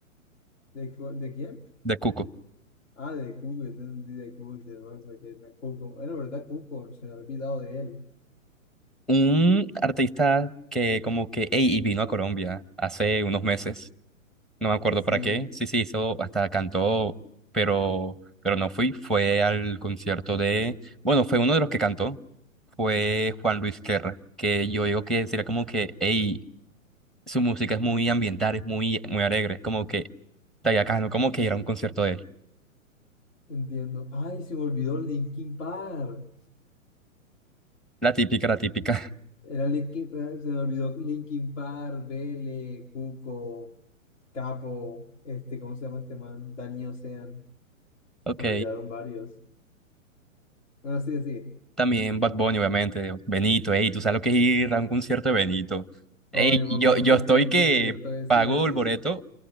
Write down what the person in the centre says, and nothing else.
de Cuco.
Un artista que como que, ey, y vino a Colombia hace unos meses, no me acuerdo
para qué, sí, sí, hizo, hasta cantó, pero, pero no fui, fue al concierto de, bueno, fue uno de los que cantó, fue Juan Luis Guerra, que yo digo que sería como que, ey, su música es muy ambiental, es muy, muy alegre, es como que, tallacano, como que ir a un concierto de él,
la típica, la típica,
<laughs> ok.
También Bad Bunny, obviamente. Benito, ey, tú sabes lo que es ir a un concierto de Benito. Ey,
yo, yo
estoy
que
pago
el boleto